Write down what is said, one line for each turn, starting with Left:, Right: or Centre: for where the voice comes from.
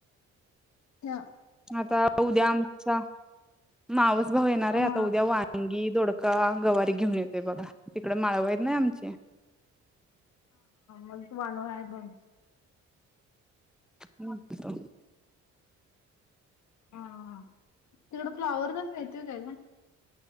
Left: हं
Centre: आता हो उद्या आमचा? मावस? भाऊ येणार आहे
Left: म
Centre: आता उद्या वांगी दोडका? का गवारी घेऊन येतोय बघा तिकड माळव येत नाही आमचे?
Left: मज तु मालो आहे बण?
Centre: म्हणतो?
Left: हा हा तिकड फ्लाॉवर तर मिळतील काय ग?